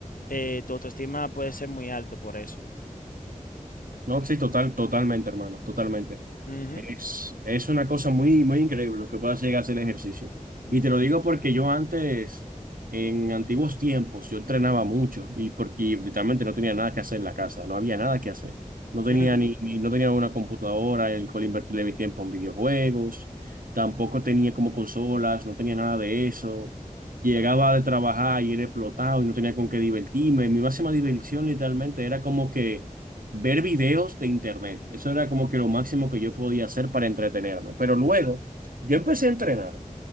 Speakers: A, on the left; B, on the right.
A: eh, tu autoestima puede ser muy alto por eso.
B: No, sí, total, totalmente, hermano, totalmente.
A: Ujú,
B: Es, es una cosa muy, muy increíble lo que puedas llegar a hacer el ejercicio.
A: ujú,
B: Y te lo digo porque yo antes, en antiguos tiempos, yo entrenaba mucho y, porque y literalmente no tenía nada que hacer en la casa, no había nada que hacer. No tenía
A: ujú,
B: ni, ni- no tenía una computadora el cual invertirle mi tiempo en videojuegos, tampoco tenía como consolas, no tenía nada de eso. Llegaba de trabajar y era explotado y no tenía con qué divertirme. Mi máxima diversión literalmente era como que ver videos de internet. Eso era como que lo máximo que yo podía hacer para entretenerme. Pero luego yo empecé a entrenar,